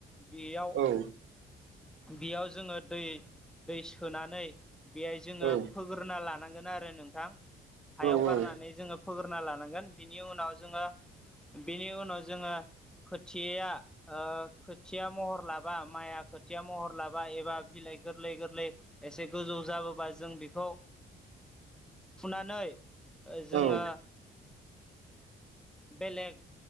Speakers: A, in the centre; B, on the right.
A: बेयाव
B: औ
A: बेयाव जोङो दै दै सोनानै बेहाय जोङो
B: औ
A: फोग्रोना लानांगोन आरो नोंथां हायाव
B: औ
A: गारनानै जोङो फोग्रोना लानांगोन बिनि उनाव जोङो बिनि उनाव जोङो खोथिया खोथिया महर लाबा माइआ खोथिया महर लाबा एबा बिलाइ गोरलै गोरलै एसे गोजौ जाबोबा जों बेखौ फुनानै जोङो
B: औ
A: बेलेग